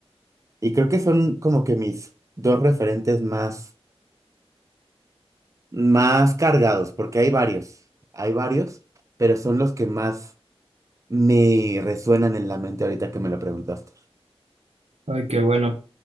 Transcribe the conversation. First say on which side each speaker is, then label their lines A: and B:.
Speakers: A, on the right; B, on the right.
A: Y creo que son como que mis dos referentes más, más cargados, porque hay varios, hay varios, pero son los que más me resuenan en la mente ahorita que me lo preguntaste.
B: Ay, qué bueno.